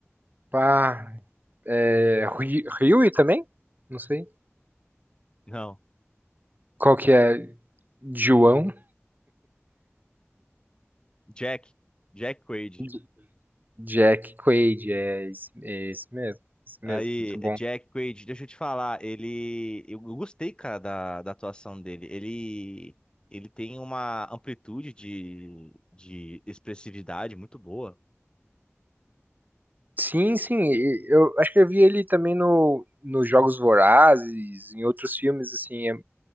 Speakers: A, on the right; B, on the left.
A: Ah, é, Hui- Huey também? Não sei.
B: Não.
A: Qual que é? João?
B: Jack. Jack Quaid.
A: J- Jack Quaid, é esse, é esse mesmo. Esse
B: Aí,
A: mesmo, muito bom.
B: Jack Quaid, deixa eu te falar, ele. Eu gostei, cara, da, da atuação dele. Ele. Ele tem uma amplitude de, de expressividade muito boa.
A: Sim, sim. e Eu acho que eu vi ele também no, nos Jogos Vorazes, em outros filmes, assim. É,